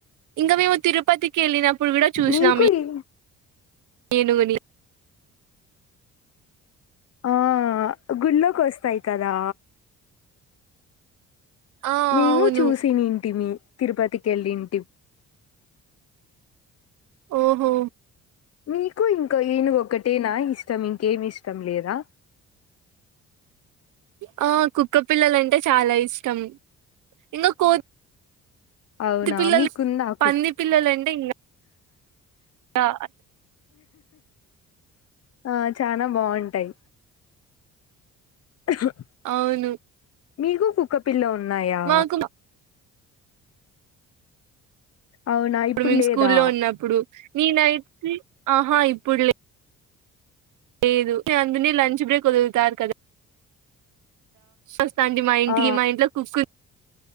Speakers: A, on the right; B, on the left.
A: ఇంకా మేము తిరుపతికి వెళ్ళినప్పుడు కూడా చూసినాము
B: నీకు ఈ-
A: ఏనుగుని
B: ఆ గుళ్ళోకి వస్తాయి కదా
A: ఆ
B: మేము
A: అవును
B: చూసినంటి మీ తిరుపతికెళ్ళింటి
A: ఓహో
B: నీకు ఇంకా ఏనుగు ఒకటేనా ఇష్టం ఇంకేమి ఇష్టం లేదా
A: <inaudible> ఆ కుక్కపిల్లలంటే చాలా ఇష్టం ఇంకా కో
B: అవునా
A: పది పిల్లలు
B: మీకుందా కుక్
A: పంది పిల్లలుంటే ఇంకా టా
B: ఆ చానా బాగుంటాయి <inaudible>
A: అవును
B: మీకు కుక్కపిల్ల ఉన్నాయా
A: మాకు
B: అవునా ఇప్పుడు
A: గర్మెం
B: లేదా
A: స్కూ లో ఉన్నప్పుడు నీ నైట్కి ఆహా ఇప్పుడు లేదు లేదు అందు లంచ్ బ్రేక్ వదువుతారు కదా వస్తా అండి మా ఇంటికి
B: ఆ
A: మా ఇంట్లో కుక్